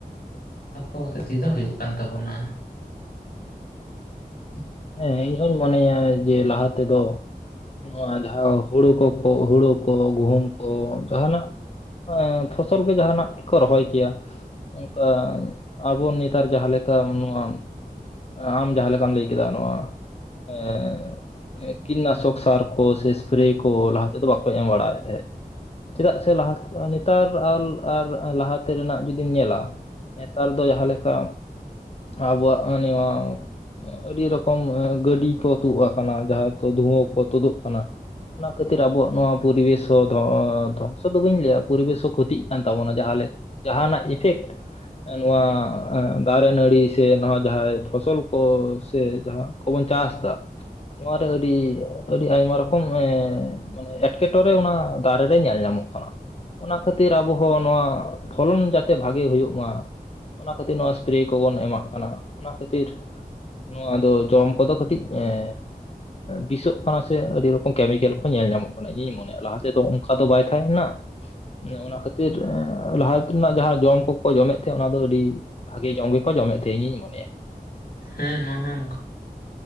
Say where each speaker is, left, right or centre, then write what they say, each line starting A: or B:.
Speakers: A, on the left; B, on the left.
A: ᱚᱱᱟᱠᱚ ᱦᱚᱛᱮᱡ ᱛᱮᱜᱮ ᱛᱚ ᱦᱩᱭᱩᱜ ᱠᱟᱱ ᱛᱟᱵᱚᱱᱟ, <unintelligible>
B: ᱦᱮᱸ ᱤᱧ ᱦᱚᱧ ᱢᱚᱱᱮᱭᱟ ᱡᱮ ᱞᱟᱦᱟ ᱛᱮᱫᱚ, ᱱᱚᱣᱟ ᱡᱟᱦᱟᱸ ᱦᱩᱲᱩ ᱠᱚᱠᱚ ᱦᱩᱲᱩ ᱠᱚ ᱜᱩᱦᱩᱢ ᱠᱚ ᱡᱟᱦᱟᱱᱟᱜ, ᱮ ᱯᱷᱚᱥᱚᱞ ᱜᱮ ᱡᱟᱦᱟᱱᱟᱜ ᱜᱮᱠᱚ ᱨᱚᱦᱚᱭ ᱠᱮᱭᱟ, ᱚᱱᱠᱟ ᱟᱵᱚ ᱱᱮᱛᱟᱨ ᱡᱟᱦᱟᱸ ᱞᱮᱠᱟ ᱱᱚᱣᱟ, ᱟᱢ ᱡᱟᱦᱟᱸ ᱞᱮᱠᱟᱢ ᱞᱟᱹᱭ ᱠᱮᱫᱟ ᱱᱚᱣᱟ ᱮᱸ ᱠᱤᱱᱱᱟᱥᱚᱠ ᱥᱟᱨ ᱠᱚ ᱥᱮ ᱮᱥᱯᱨᱮ ᱠᱚ ᱞᱟᱦᱟ ᱛᱮᱫᱚ ᱵᱟᱠᱚ ᱮᱢ ᱵᱟᱲᱟᱭᱮᱫ ᱛᱟᱦᱮᱸᱫ, ᱪᱮᱫᱟᱜ ᱥᱮ ᱞᱟᱦᱟ ᱱᱮᱛᱟᱨ ᱟᱨ ᱟᱨ ᱞᱟᱦᱟᱛᱮ ᱨᱮᱱᱟᱜ ᱡᱩᱫᱤᱢ ᱧᱮᱞᱟ, ᱱᱮᱛᱟᱨ ᱫᱚ ᱡᱟᱦᱟᱸ ᱞᱮᱠᱟ ᱟᱵᱚᱣᱟᱜ ᱱᱚᱣᱟ, ᱟᱹᱰᱤ ᱨᱚᱠᱚᱢ ᱜᱟᱹᱰᱤ ᱠᱚ ᱛᱩ ᱟᱠᱟᱱᱟ ᱡᱟᱦᱟᱸ ᱫᱚ ᱫᱷᱩᱣᱟᱹ ᱠᱚ ᱛᱩᱫᱩᱜ ᱠᱟᱱᱟ ᱚᱱᱟ ᱠᱷᱟᱹᱛᱤᱨ ᱟᱵᱚᱣᱟᱜ ᱱᱚᱣᱟ ᱯᱚᱨᱤᱵᱮᱥ ᱦᱚᱸ ᱫᱷᱟ ᱫᱷᱚᱝᱥᱚ ᱫᱚ ᱵᱟᱹᱧ ᱞᱟᱹᱭᱟ ᱯᱚᱨᱤᱵᱮᱥ ᱦᱚᱸ ᱠᱷᱚᱛᱤᱜ ᱠᱟᱱ ᱛᱟᱵᱚᱱᱟ ᱡᱟᱦᱟᱸᱞᱮ ᱡᱟᱦᱟᱱᱟᱜ ᱤᱯᱷᱮᱠᱴ ᱱᱚᱣᱟ ᱫᱟᱨᱮ ᱱᱟᱹᱲᱤ ᱥᱮ ᱱᱚᱣᱟ ᱡᱟᱦᱟᱸᱭ ᱯᱷᱚᱥᱚᱞ ᱠᱚ ᱥᱮ ᱡᱟᱦᱟᱸ ᱠᱚᱵᱚᱱ ᱪᱟᱥ ᱫᱟ, ᱱᱚᱣᱟᱨᱮ ᱟᱹᱰᱤ ᱟᱹᱰᱤ ᱟᱭᱢᱟ ᱨᱚᱠᱚᱢ ᱮᱸ ᱮᱸᱴᱠᱮᱴᱚᱬᱮ ᱚᱱᱟ ᱫᱟᱨᱮ ᱨᱮ ᱧᱮᱞ ᱧᱟᱢᱚᱜ ᱠᱟᱱᱟ, ᱚᱱᱟ ᱠᱷᱟᱹᱛᱤᱨ ᱟᱵᱚᱸ ᱦᱚ ᱱᱚᱣᱟ ᱯᱷᱚᱞᱚᱱ ᱡᱟᱛᱮ ᱵᱷᱟᱜᱤ ᱦᱩᱭᱩᱜ ᱢᱟ, ᱚᱱᱟ ᱠᱷᱟᱹᱛᱤᱨ ᱱᱚᱶᱟ ᱮᱥᱯᱨᱮ ᱠᱚᱵᱚᱱ ᱮᱢᱟᱜ ᱠᱟᱱᱟ ᱚᱱᱟ ᱠᱷᱟᱹᱛᱤᱨ, ᱠᱷᱟᱹᱛᱤᱨ ᱱᱚᱣᱟᱫᱚ ᱡᱚᱢ ᱠᱚᱫᱚ ᱠᱟᱹᱴᱤᱡ ᱮᱸ ᱵᱤᱥᱚᱜ ᱠᱟᱱᱟ ᱥᱮ ᱟᱹᱰᱤ ᱨᱚᱠᱚᱢ ᱠᱮᱢᱤᱠᱮᱞ ᱠᱚ ᱧᱮᱞ ᱧᱟᱢᱚᱜ ᱠᱟᱱᱟ ᱤᱧᱤᱧ ᱢᱚᱱᱭᱟ ᱞᱟᱦᱟ ᱥᱮᱫᱛᱚ ᱚᱱᱠᱟ ᱫᱚ ᱵᱟᱭ ᱛᱟᱦᱮᱸ ᱠᱟᱱᱟ, ᱚᱱᱟ ᱠᱷᱟᱹᱛᱤᱨ ᱞᱟᱦᱟ ᱛᱮᱱᱟᱜ ᱡᱟᱦᱟᱸ ᱡᱚᱢ ᱠᱚᱠᱚ ᱡᱚᱢᱮᱫ ᱛᱟᱦᱮᱸᱫ ᱚᱱᱟ ᱫᱚ ᱟᱹᱰᱤ, ᱵᱷᱟᱜᱮ ᱡᱚᱢ ᱜᱮᱠᱚ ᱡᱚᱢᱮᱫ ᱛᱟᱦᱮᱸ ᱤᱧᱤᱧ ᱢᱚᱱᱮᱭᱟ
A: ᱦᱮᱸ ᱱᱚᱣᱟ ᱦᱚ ᱚᱱᱠᱟ,